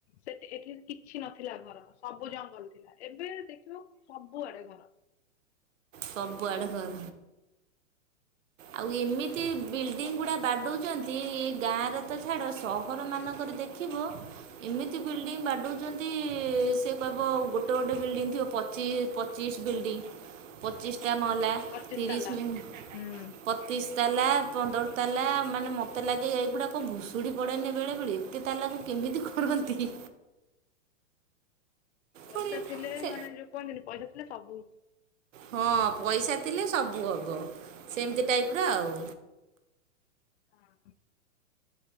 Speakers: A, on the left; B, on the right.
A: ସେ ଏଠି କିଛି ନଥିଲା ଘର ସବୁ ଜଙ୍ଗଲ ଥିଲା ଏବେ ଦେଖିବ ସବୁଆଡେ ଘର।
B: ସବୁଆଡେ ଘର। ଆଉ ଏମିତି ବିଲ୍ଡିଙ୍ଗ ଗୁଡା ବାଡଉଛନ୍ତି ଗାଁରେ ତ ଛାଡ ସହର ମାନଙ୍କରେ ଦେଖିବ। ଏମିତି ବିଲ୍ଡିଙ୍ଗ ବାଡଚନ୍ତି ସେ କହିବ ଗୋଟେ ଗୋଟେ ବିଲ୍ଡିଂ ଥିବ ପଚି ପଚିଶ ବିଲ୍ ଡିଙ୍ଗ ପଚିଶଟା ମହଲା
A: ହଁ ବା ପଚିଶ
B: ତିରିଶ
A: ତାଲା
B: ମି
A: ହୁଁ
B: ପତିଶ୍ ତାଲା ପନ୍ଦର ତାଲା ମାନେ ମୋତେ ଲାଗେ ଏଗୁଡ଼ାକ ଭୁଶୁଡ଼ି ପଡ଼େନି ବେଳେବେଳେ ଏତେ ତାଲାକୁ କେମିତି କରନ୍ତି।
A: ପଇସା
B: ପୁଣି
A: ଥିଲେ
B: ସେ
A: ମାନେ ଯୋଉ କୁହନ୍ତିନି ପଇସା ଥିଲେ ସବୁ।
B: ହଁ ପଇସା ଥିଲେ ସବୁ ହବ ସେମିତି ଟାଇପ୍ ର ଆଉ।
A: ହଁ।